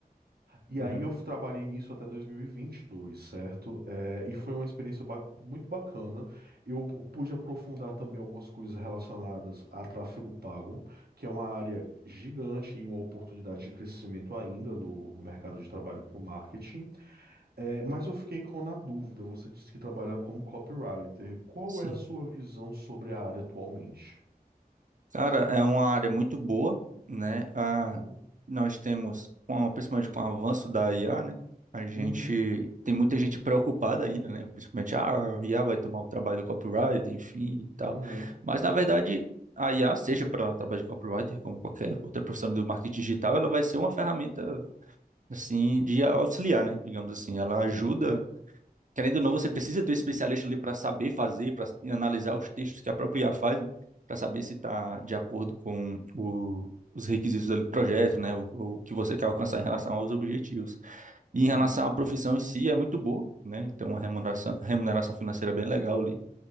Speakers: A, on the right; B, on the right.
A: E
B: Uhum,
A: aí eu trabalhei nisso até 2022, certo? É, e foi uma experiência ba- muito bacana. Eu pude aprofundar também algumas coisas relacionadas a tráfego pago, que é uma área gigante e uma oportunidade de crescimento ainda no, no mercado de trabalho para o marketing. É, mas eu fiquei com na dúvida. Você disse que trabalha como copywriter. Qual
B: Sim.
A: é a sua visão sobre a área atualmente?
B: Cara, é uma área muito boa, né? Ah,
A: Uhum.
B: nós temos, com- principalmente com o avanço da IA, né? A gente
A: Uhum.
B: tem muita gente preocupada ainda, né? Principalmente, ah, a IA vai tomar o trabalho do copywriter, enfim e tal.
A: Uhum.
B: Mas, na verdade, a IA, seja para o trabalho de copywriter, como qualquer outra profissional do marketing digital, ela vai ser uma ferramenta, assim, de auxiliar, né? Digamos assim, ela ajuda
A: Sim.
B: Querendo ou não, você precisa ter um especialista ali para saber fazer, para analisar os textos que a própria IA faz, para saber se está de acordo com o- os requisitos ali do projeto, né? O, o que você quer alcançar em relação aos objetivos.
A: Uhum.
B: E em relação à profissão em si, é muito boa, né? Tem uma remuneração,
A: Uhum.
B: remuneração financeira bem legal ali.